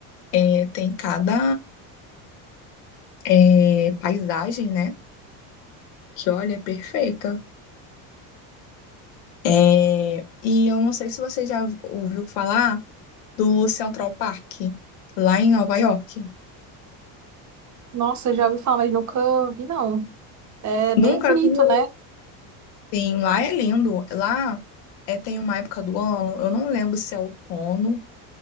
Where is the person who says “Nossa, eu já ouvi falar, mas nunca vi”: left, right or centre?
Right